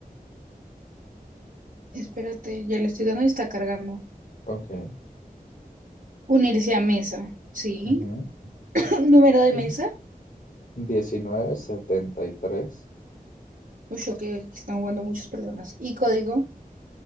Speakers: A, on the right; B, on the left.
A: Espérate, ya le estoy dando y está cargando.
B: Ok.
A: Unirse a mesa, sí.
B: ujú.
A: <laughs> Número de
B: Y
A: mesa.
B: 1973,
A: Uy, ok, aquí están jugando muchas personas. ¿Y código?